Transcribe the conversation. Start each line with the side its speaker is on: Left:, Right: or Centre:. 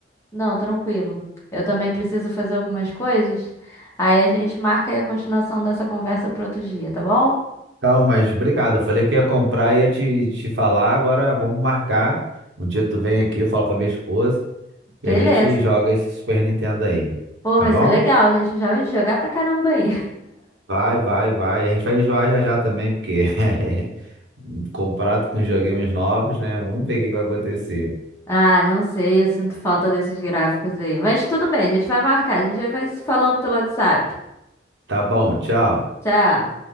Left: Não, tranquilo. Eu também preciso fazer algumas coisas. Aí a gente marca aí a continuação dessa conversa para outro dia, tá bom?
Right: Calma, mas obrigado. Eu falei que ia comprar e ia te, te falar. Agora vamos marcar. Um dia tu vem aqui, eu falo com a minha esposa
Left: Beleza.
Right: e a gente joga esse Super Nintendo aí.
Left: Pô,
Right: Tá
Left: vai
Right: bom?
Left: ser legal, gente. Já vai jogar pra caramba aí.
Right: Vai, vai, vai. A gente vai enjoar já já também, porque <laughs> comparado com os videogames novos, né? Vamos ver o que que vai acontecer.
Left: Ah, não sei, eu sinto falta desses gráficos aí. Mas tudo bem, a gente vai marcar, a gente já vai se falando pelo WhatsApp.
Right: Tá bom, tchau.
Left: Tchau.